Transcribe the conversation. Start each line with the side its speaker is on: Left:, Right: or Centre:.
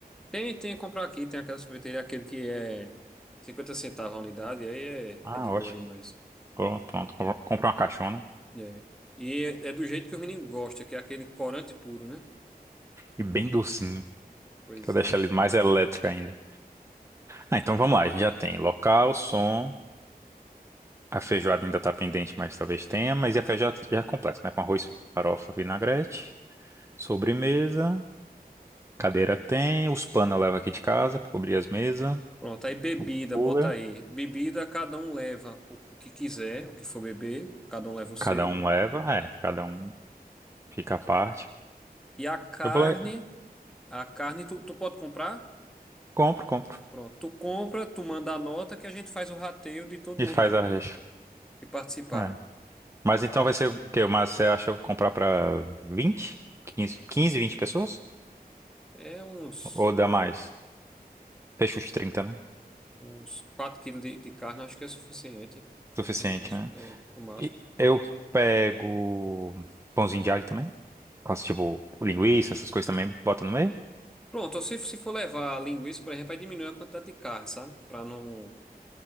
Centre: Tem, tem que comprar aqui, tem aquela sorveteria, aquele que é 50 centavos a unidade, aí é,
Right: Ah,
Centre: é de boa
Right: ótimo.
Centre: demais.
Right: Pronto, pronto. Compra compra uma caixona.
Centre: É. E é, é do jeito que o menino gosta, que é aquele corante puro, né?
Right: E bem docinho,
Centre: Pois
Right: pra deixar
Centre: é.
Right: ele mais elétrico ainda. Ah, então vamos lá, a gente já tem local, som, a feijoada ainda tá pendente, mas talvez tenha, mas e a feijoada já é completa, né? Com arroz, farofa, vinagrete, sobremesa, cadeira tem, os panos eu levo aqui de casa pra cobrir as mesas,
Centre: Pronto, aí bebida,
Right: o cooler,
Centre: bota aí. Bebida, cada um leva o, o que quiser, o que for beber, cada um leva o seu.
Right: cada um leva, é, cada um fica à parte.
Centre: E a carne,
Right: Eu vou lá, e
Centre: a carne tu, tu pode comprar?
Right: compro, compro
Centre: Pronto, tu compra, tu manda a nota que a gente faz o rateio de todo
Right: e
Centre: mundo
Right: faz
Centre: que,
Right: a recha.
Centre: que participar.
Right: É. Mas
Centre: Ai,
Right: então vai ser o quê? Mas você acha comprar pra 20 15 15 20 pessoas?
Centre: é uns,
Right: Ou dá mais? Fecha os 30, né?
Centre: uns 4 quilos de, de carne, acho que é suficiente.
Right: Suficiente,
Centre: No máximo,
Right: né?
Centre: é, no máximo.
Right: E eu pego pãozinho de alho também. Faço tipo linguiça, essas coisas também, bota no meio.
Centre: Pronto, se, se for levar linguiça, por exemplo, aí diminui a quantidade de carne, sabe? Para não,